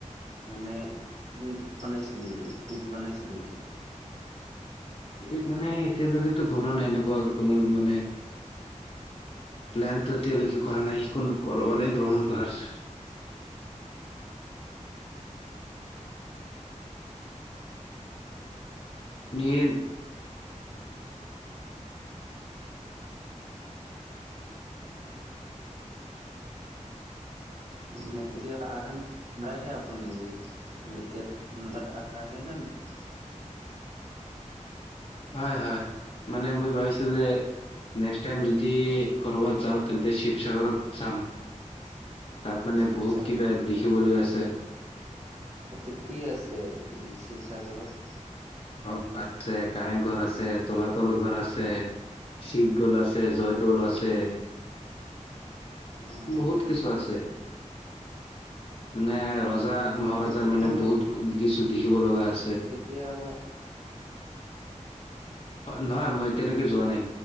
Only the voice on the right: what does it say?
মানে ই বনাইছে নেকি টিপ বনাইছে নেকি।
<unintelligible> নতি নখে আপুনি ম ন আখৰা আখে <unintelligible>
শিৱসাগৰ
তাতে কি আছে উ শিৱসাগৰত?
অ
কেতিয়াবা
তেতিয়াবা।